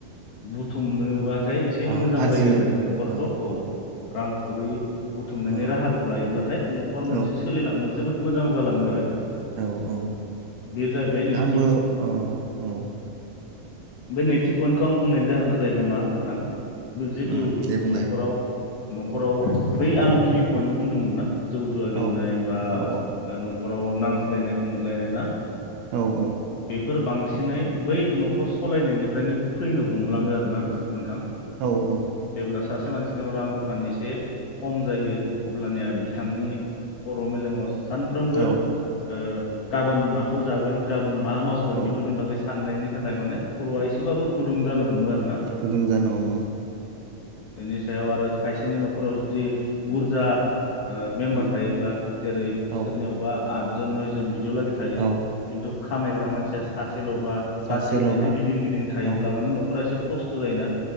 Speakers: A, on the left; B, on the right.
A: बुथुमनो बा नाथाय एसे
B: अ
A: मोजां
B: आरजिनो
A: जायो आरो नखरखौ
B: अ
A: औ रांखावरि बुथुमनायनि
B: अ
A: राहाखौ लायोब्लाथाय नखर मोनसे
B: औ
A: सोलिलांनो जोबोद मोजां जालाङो आरो।
B: औ औ
A: बे‌ जाहैबाय नै
B: दा आंबो औ औ।
A: बे नैथि पइन्टखौ आं बुंनायनि जाहोना जाहैबाय मा नोंथां जिथु
B: उम दे बुंलाय
A: नखराव नखराव बै आं गिबि पइन्ट बुंदोंमोन ना? जौ जुवा गेलेनाय
B: औ
A: बा
B: औ
A: ओ नखर औ नांज्लायनाय खमज्लायनाय ना?
B: औ।
A: बेफोर बांसिनै बै नखर सलायनायनिफ्रायनो फैनो हमलाङो आरोना नोंथां
B: औ औ
A: जेब्ला सासे मानसिनियाव रां रुफानि एसे खम जायो अब्लानिया बि बिथांनि खर मेलेमाव थेब सानफ्रोमबो
B: औ
A: ओ गाबोन माखौ जागोन गाबोन मा मावगोन
B: औ
A: बेफोरनि बागै सा साननायनि थाखाय माने खरआ एसेबाबो गुदुं जानो हमो आरो
B: गुदुं जानो हमो।
A: बेनि सायाव आरो खायसेनि नखराव जुदि बुरजा ओ मेम्बार
B: उम
A: थायोब्ला जेरै
B: औ
A: सोरनियावबा आदजन नयजन बि यावलागै थायो
B: औ
A: तु खामायग्रा मानसिया सासे लबा
B: सासेल'बा
A: बाखि ओरैनो गिदिं - गिदिं थायोब्ला
B: औ
A: माने न खरा एसे खस्थ जायोना